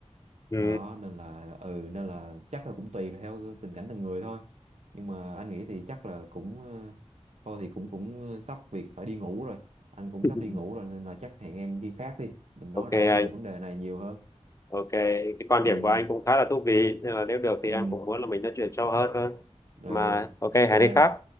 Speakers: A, on the left; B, on the right.
A: ừ.
B: đó nên là ừ nên là chắc là cũng tùy theo tình cảnh từng người thôi nhưng mà anh nghĩ thì chắc là cũng ờ, thôi thì cũng cũng ờ, sắp việc phải đi ngủ rồi anh cũng
A: <laughs>
B: sắp đi ngủ rồi nên là chắc hẹn em khi khác đi mình nói
A: ok
B: rõ hơn
A: anh
B: về vấn đề này nhiều hơn
A: ok cái quan
B: ừ
A: điểm của anh cũng khá là thú vị nên là nếu được thì
B: ừ
A: em cũng muốn là mình nói chuyện sâu hơn hơn
B: ừ
A: mà ok hẹn
B: Tờ-
A: đi khác